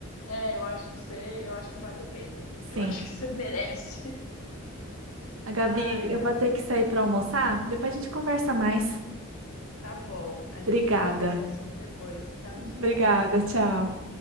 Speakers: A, on the left (about 80°); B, on the right (about 70°).
A: É, eu acho que você, eu acho que vale a pena.
B: Sim.
A: Eu acho que <laughs> você merece.
B: A Gabi,
A: Ai,
B: eu
A: ai.
B: vou ter que sair pra almoçar, depois a gente conversa mais.
A: Tá bom. A gente
B: Obrigada.
A: continua esse assunto depois. Tchau, tchau.
B: Obrigada, tchau.